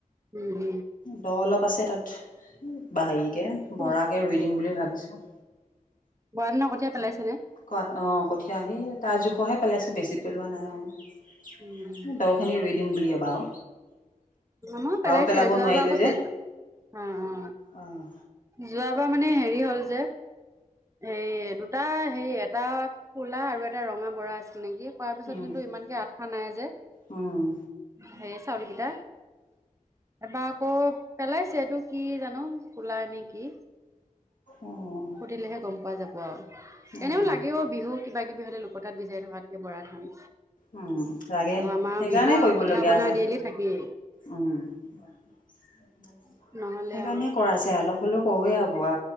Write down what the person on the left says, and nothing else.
দ অলপ আছে তাত বা হেৰিকে বৰাকে
ৰুই দিম বুলি ভাবিছো
ক অ কঠিয়া হে তাৰ জোখহে পেলাইছো বেছি পেলোৱা নাই আও
দখিনি ৰুই দিম বুলি বাও
পেলাব
নোৱাৰিলোঁ
যে
অঁ
উম
উম,
উম,
উম,
উম, লাগে
সেইকাৰণে
কৰিবলগীয়া
হয়।
উম, সেইকাৰণে
কৰা যে অলপ হ'লেও কৰোৱে আৰু। বৰা